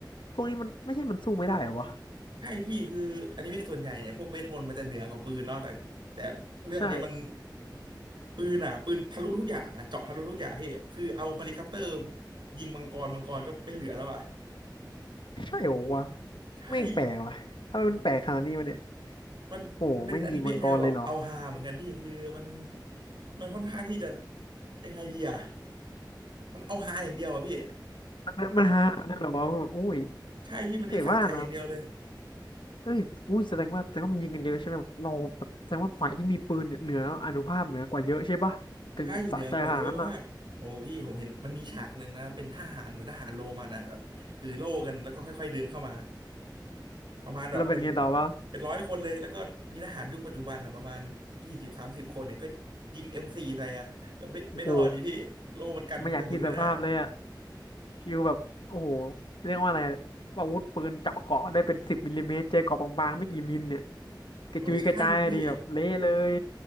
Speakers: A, on the left; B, on the right.
A: พวกนี้มันไม่ใช่มันสู้ไม่ได้เหรอวะ
B: ใช่พี่คืออนิเมะส่วนใหญ่เนี่ยพวกเวทมนต์มันจะเหนือกว่าปืนเนาะแต่แต่เรื่องเนี้ยมัน
A: ใช่
B: ปืนอ่ะปืนทะลุทุกอย่างอ่ะเจาะทะลุทุกอย่างพี่คือเอาเฮลิคอปเตอร์ยิงมังกรมังกรก็ไม่เหลือแล้วอ่ะ
A: ใช่เหรอวะ
B: ใช่
A: แม่งแปลกว่ะถ้ามันแปลกขนาดนี้วะเนี่ย
B: มันมันเป็นอนิเมะแนวแบบเอาฮาเหมือนกันพี่คือมัน
A: โอ้โหแม่งยิงมังกรเลยเหรอ
B: มันค่อนข้างที่จะยังไงดีอ่ะมันเอาฮาอย่างเดียวอ่ะพี่
A: มันมันฮานั่นเหรอวะแบบอุ้ย
B: <laughs> ใช่พี่มันเน้นสะใจอย่างเดียวเลย
A: แต่ว่านะ เอ้ยอุ้ยแสดงว่าแสดงว่ามันยิงกันเยอะใช่ไหมแบบเราแบบแสดงว่าฝ่ายที่มีปืนเนี่ยเหนืออานุภาพเหนือกว่าเยอะใช่ปะถึงแบบสะใจขนาดนั้นอ่ะ
B: ใช่เหนือกว่าเยอะมากโอ้พี่ผมเห็นมันมีฉากหนึ่งนะเป็นทหารเหมือนทหารโรมันอ่ะแบบถือโล่กันแล้วก็ค่อยๆเดินเข้ามาประมาณแบบเป็น
A: แล้วเป็นไงต่อวะ
B: เป็นร้อยคนเลยแล้วก็มีทหารยุคปัจจุบันอ่ะประมาณยี่สิบสามสิบคนเนี่ยก็ยิงเอ็มสี่ใส่อ่ะก็ไม่ไม่รอดดิพี่โล่มันกันกระสุนไม่ได้
A: โอ้โหไม่อยากกินสภาพเลยอ่ะฟิวแบบโอ้โหเรียกว่าอะไรอะอาวุธปืนเจาะเกราะได้เป็นสิบมิลลิเมตรเจอเกราะบางๆไม่กี่มิลเนี่ยกระจุยกระจายดีแบบเละเลย
B: โอ้ใช่พี่